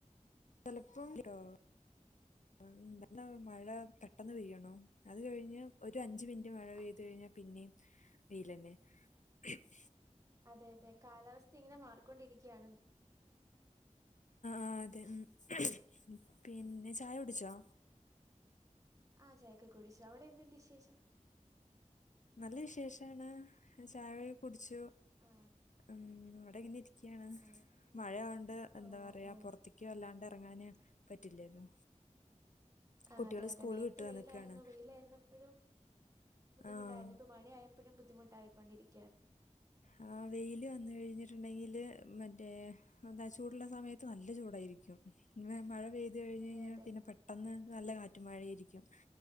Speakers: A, on the left (about 70°); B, on the right (about 25°).
A: ചെലപ്പോം <unintelligible> ന്നല്ല മഴ പെട്ട പെട്ടെന്ന് പെയ്യണോ അത് കഴിഞ്ഞ് ഒര് അഞ്ച് മിൻറ്റ് മഴ പെയ്ത്
B: അ-
A: കഴിഞ്ഞാ പിന്നേം വെയ്ലെനെ <unintelligible>
B: അതെ അതെ കാലാവസ്ഥ ഇങ്ങനെ മാറിക്കൊണ്ടിരിക്യാണ്
A: ആ അതെ ഉ <unintelligible> പിന്നെ ചായുടിച്ചോ
B: ആഹ ചായക്കെ കുടിച്ചു അവടെ എന്തുണ്ട് വിശേഷം
A: നല്ല വിശേഷാണ് ചായൊ കുടിച്ചു
B: ആ
A: ഉ ഇവടെ ഇങ്ങനെ ഇരിക്ക്യാണ്
B: ആ
A: മഴയൊണ്ട് എന്താ
B: ഓ
A: പറയാ
B: ഓ
A: പൊറത്തിക്ക്‌ വല്ലാണ്ട് എറങ്ങാന് പറ്റില്ലല്ലോ
B: ആ
A: കുട്ടികള്
B: അതെ അതെ
A: സ്കൂള്
B: നേരത്തെ
A: വിട്ട് വന്നിക്കാണ്.
B: വെയ്ലാര്ന്നു വെയ്ലാര്ന്നപ്പഴും ബുദ്ധിമുട്ടായ്രുന്നു
A: ആഹ്
B: ഇപ്പ മഴയാ അപ്പഴും ബുദ്ധിമുട്ടായിക്കൊണ്ടിരിക്ക
A: ആ വെയ്ല് വന്ന്കഴിഞ്ഞിട്ട്ണ്ടെങ്കില് മറ്റേ എന്താ ചൂട്ള്ള സമയത്ത് ത്തുന്നല്ല ചൂടായിരിക്കും ഇങ്ങനെ മഴ പെയ്ത് കഴിഞ്ഞഴ്ഞ്ഞാ
B: അതെ അതെ
A: പിന്നെ പെട്ടെന്ന് ന്നല്ല കാറ്റും മഴേരിക്കും